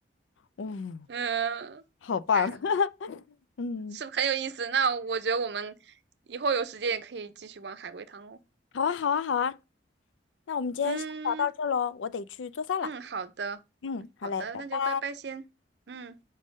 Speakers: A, on the left; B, on the right.
A: 嗯，
B: 嗯，
A: 好棒，
B: 哎呀，
A: <laughs> 嗯，
B: 是很有意思。那我觉得我们以后有时间也可以继续玩海龟汤哦。
A: 好啊，好啊，好啊，那我们今天先聊到这喽，
B: 嗯
A: 我得去做饭了。
B: 嗯，好的
A: 嗯，好嘞，
B: 好的，
A: 拜拜。
B: 那就拜拜先。嗯。